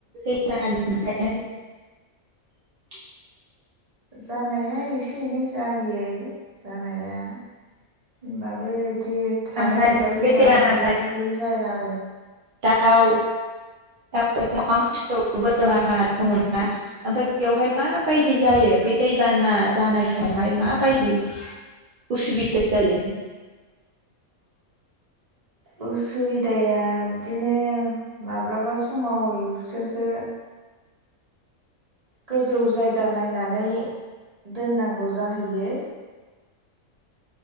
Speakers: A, on the right; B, on the right.
A: <unintelligible> <inaudible>
B: जानाया एसे एनै जायो जानाया होनबाबो बिदि थानो
A: ओमफ्राय
B: हालायि
A: बे
B: मानो
A: दैबाना
B: हालायै जाया आरो
A: आव दाउ अमा हांसो बोरमा दङ ना ओमफ्राय बेयावहाय मा बायदि जायो बे दैबाना जानाय समावहाय माबायदि उसुबिदा जायो
B: उसुबिदाया बिदिनो माब्लाबा समाव बिसोरखो गोजौ जायगा नायनानै दोननांगौ जाहैयो